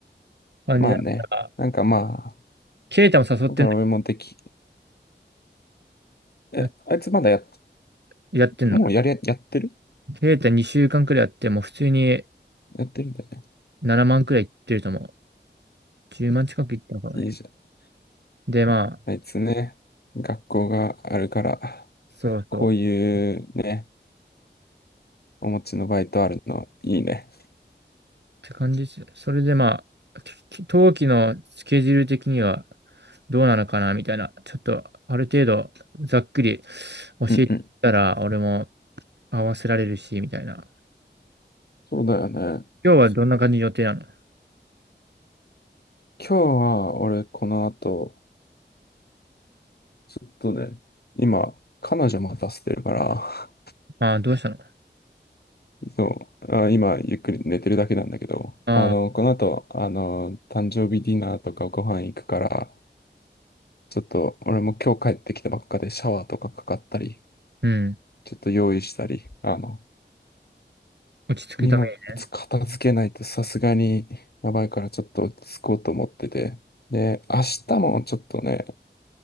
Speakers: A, on the right (about 65°); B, on the left (about 60°).
A: 感じだったら、
B: まあね。なんかまあ、
A: ケイタも誘ってん
B: だから俺もでき、え、
A: の、
B: あいつまだやっ、
A: やってんの。
B: もうやり、やってる
A: ケイタ2週間くらいやって、もう普通に
B: やってるんだよね。
A: 7万くらいいってると思う。10万近くいったのかもね。
B: いいじゃん。
A: で、まあ、
B: あいつね、学校があるから、
A: そうそう。
B: こういうね、
A: っ
B: お持ちのバイトあるのいいね。
A: て感じです。それでまあ、き冬季のスケジュール的にはどうなのかな、みたいな。ちょっとある程度ざっくり教えてたら、
B: うんうん。
A: 俺も合わせられるし、みたいな。
B: そうだよね。
A: 今日はどんな感じの予定なの
B: 今日は俺この後、ちょっとね、今、彼女待たせてるから、
A: ああどうしたの
B: <laughs> そう、あ、今ゆっくり寝てるだけなんだけど、
A: ああ
B: あの、この後、あの、誕生日ディナーとかご飯行くから、ちょっと俺も今日帰ってきたばっかでシャワーとかかかったり、
A: うん。
B: ちょっと用意したり、あの、
A: 落ち着くためにね。
B: 荷物片付けないとさすがにやばいからちょっと落ち着こうと思ってて、で、明日もちょっとね、